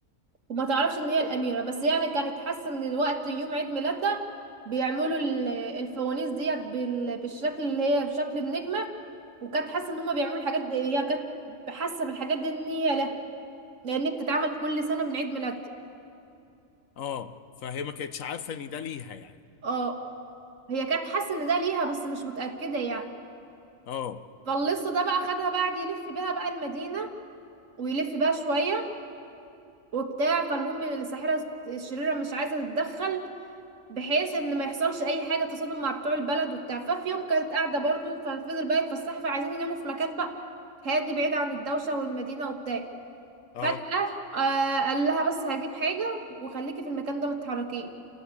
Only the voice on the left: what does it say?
اه فهي ما كانتش عارفه ان ده ليها يعني
اه
اه